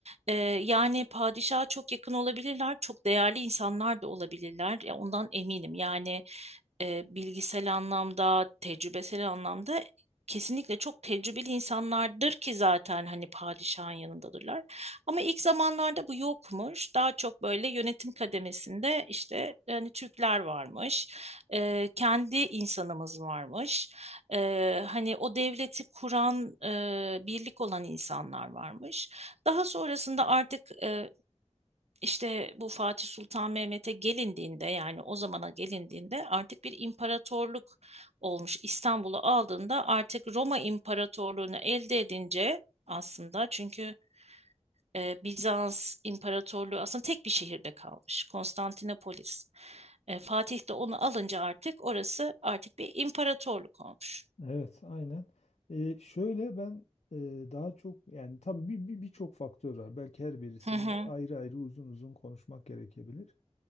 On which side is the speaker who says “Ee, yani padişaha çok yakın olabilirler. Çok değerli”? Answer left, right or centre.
Right